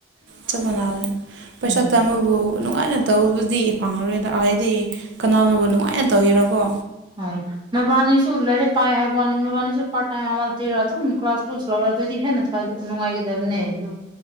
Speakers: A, on the right; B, on the right.
A: ꯆꯞ ꯃꯥꯟꯅꯕꯅꯤ꯫ ꯄꯩꯁꯥ
B: ꯎꯝ
A: ꯇꯥꯟꯕꯕꯨ ꯅꯨꯡꯉꯥꯏꯅ ꯇꯧꯕꯕꯨꯗꯤ ꯐꯪꯉꯔꯣꯏꯗ ꯍꯥꯏꯗꯤ ꯀꯅꯥꯅꯕꯨ ꯅꯨꯡꯉꯥꯏꯅ ꯇꯧꯕꯤꯔꯔꯕꯣ
B: ꯍ <unintelligible> ꯃꯦꯕꯥꯅꯤꯁꯨ ꯂꯥꯏꯔꯤꯛ ꯄꯥꯏ ꯍꯥꯏꯕ ꯋꯥꯅꯤ ꯃꯦꯕꯥꯅꯤꯁꯨ ꯄꯥꯔꯠ ꯇꯥꯏꯝ ꯑꯃꯗ ꯊꯤꯔ ꯑꯗꯨꯝ ꯀ꯭ꯂꯥꯁ ꯂꯣꯏ ꯂꯧꯔ ꯑꯗꯨꯏꯗꯤ ꯍꯦꯟꯅ ꯅꯨꯡꯉꯥꯏꯒꯗꯕꯅꯦ ꯑꯗꯨ